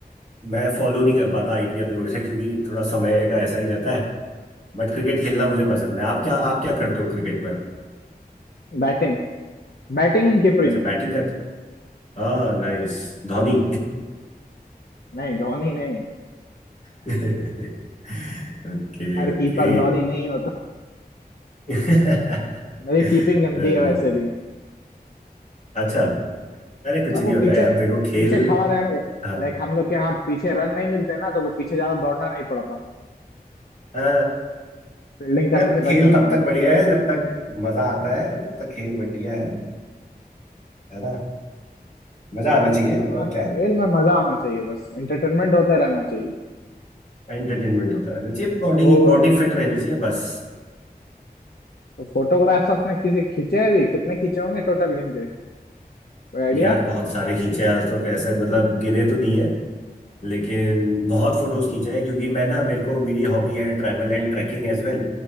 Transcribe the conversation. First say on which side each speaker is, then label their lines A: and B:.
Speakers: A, on the left (about 50°); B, on the left (about 75°).
A: मैं फॉलो नहीं कर पाता आईपीएल वगैरह क्योंकि थोड़ा समय का ऐसा ही रहता है बट क्रिकेट खेलना मुझे पसंद है आप क्या आप क्या करते हो क्रिकेट में
B: Batting Batting and keeping
A: अच्छा बैटिंग करते हाँ नाइस धोनी
B: नहीं धोनी नहीं
A: <laughs> Okay
B: हर
A: okay
B: कीपर धोनी नहीं होता
A: <laughs>
B: मेरी कीपिंग गंदी
A: अरे
B: है वैसे भी
A: अच्छा अरे कुछ
B: पर
A: नहीं
B: वो
A: होता
B: पीछे
A: यार देखो खेल
B: पीछे खड़ा रहने
A: हाँ
B: लाइक हम लोग के हाथ पीछे रन नहीं मिलते ना तो वो पीछे ज्यादा दौड़ना नहीं पड़ता
A: हाँ
B: फील्डिंग करने
A: यार
B: से
A: खेल
B: बच जाता
A: तब
B: हूँ
A: तक बढ़िया है जब तक मजा आता है तब तक खेल बढ़िया है है ना मजा आना चाहिए
B: हाँ
A: और क्या
B: खेल
A: है
B: में मजा आना चाहिए बस एंटरटेनमेंट होते रहना चाहिए
A: एंटरटेनमेंट होता रहना चाहिए बॉडी
B: तो
A: बॉडी फिट रहनी चाहिए बस
B: तो फोटोग्राफ्स आपने किसी खींचे हैं भी कितने खींचे होंगे टोटल गिन के कोई आइडिया?
A: यार बहुत सारे खींचे हैं आज तो कैसे मतलब गिने तो नहीं है लेकिन बहुत फोटोज खींचे हैं क्योंकि मैं ना मेरे को मेरी हॉबी है travel and trekking as well